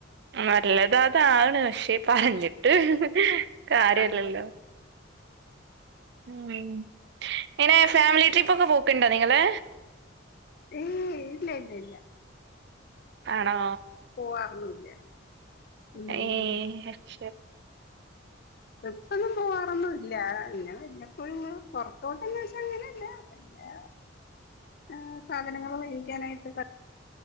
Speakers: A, on the right (about 60°); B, on the left (about 50°).
A: നല്ലത് അതാണ് പക്ഷെ പറഞ്ഞിട്ട് കാര്യല്ലല്ലൊ
B: അതെ
A: ഉം എങ്ങനെ ഫാമിലി ട്രിപ്പൊക്കെ പോക്ക്ണ്ടൊ നിങ്ങള്
B: ഏയ് ഇല്ല ഇല്ല ഇല്ല
A: ആണോ
B: പോവാറൊന്നുല്ല ഉം
A: ഏഹ് <unintelligible>
B: ട്രിപ്പൊന്നും പോവാറൊന്നുല്ല പിന്നെ വല്ലപ്പോഴുംങ്ങ് പൊർത്തോട്ടന്ന് വെച്ചാ അങ്ങനല്ല എല്ലാ ഏ സാധനങ്ങല് വാങ്ങിക്കാനായിട്ട് പ